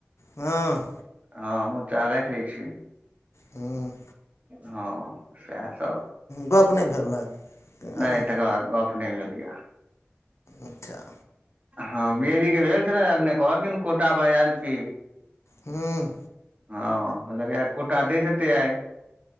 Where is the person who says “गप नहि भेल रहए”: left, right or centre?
Left